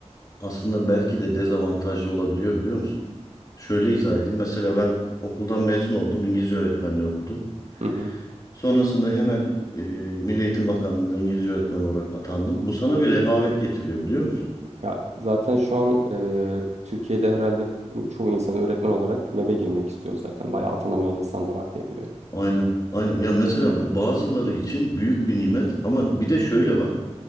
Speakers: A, on the left; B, on the right.
A: aslında belki de dezavantajlı olabiliyor biliyor musun? Şöyle izah edeyim. Mesela ben okuldan mezun oldum. İngilizce öğretmenliği okudum.
B: Hı hı.
A: Sonrasında hemen e, Milli Eğitim Bakanlığı'nda İngilizce öğretmen olarak atandım. Bu sana bir rehavet getiriyor biliyor musun?
B: Ya zaten şu an e, Türkiye'de herhalde çoğu insan öğretmen olarak MEB'e girmek istiyor zaten. Bayağı atanamayan insan da var diye biliyorum.
A: Aynen. Aynen. Ya mesela bu bazıları için büyük bir nimet ama bir de şöyle bak.